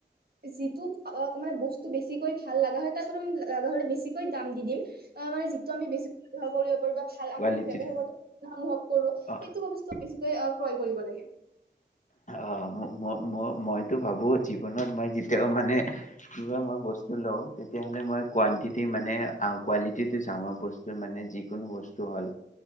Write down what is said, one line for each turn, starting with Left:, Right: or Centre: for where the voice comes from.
Right: যিটো অ অ মানে বস্তু বেছিকৈ ভাল লাগা হয় তাকো লগা হ'লে বেছিকৈ দাম দি দিম অ মানে যিটো আমি বেছি হ কৰিব পাৰিবা ভাল
Left: কোৱালিটিৰ
Right: আমি ব্যৱহাৰ কৰো, অনুভৱ কৰো,
Left: অ
Right: সেইটো বস্তু বেছিকৈ অ ক্ৰয় কৰিব লাগে।
Left: অ ম ম ম মইতো ভাবো জীৱনত মই যেতিয়াও মানে কিবা মই বস্তু লওঁ তেতিয়াহলে মই কোৱানটিটি মানে কোৱালিটিটো চাওঁ মই বস্তু মানে যিকোনো বস্তু হ'ল